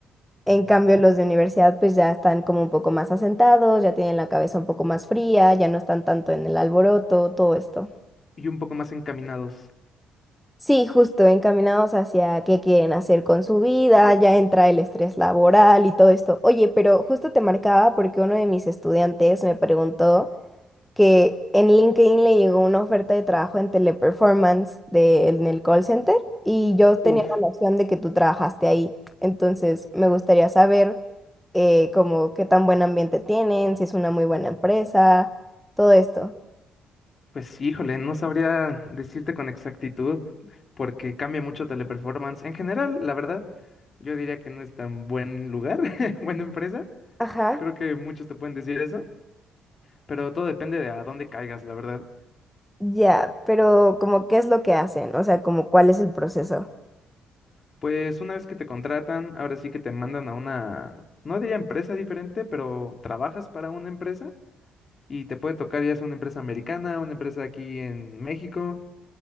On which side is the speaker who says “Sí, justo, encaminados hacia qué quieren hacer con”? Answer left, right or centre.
Centre